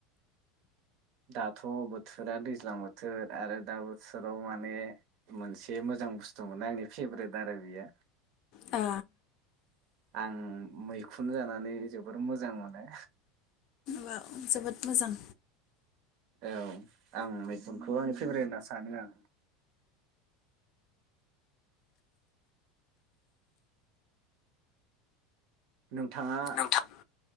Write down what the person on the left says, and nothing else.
अ
माबा जोबोद मोजां।
औ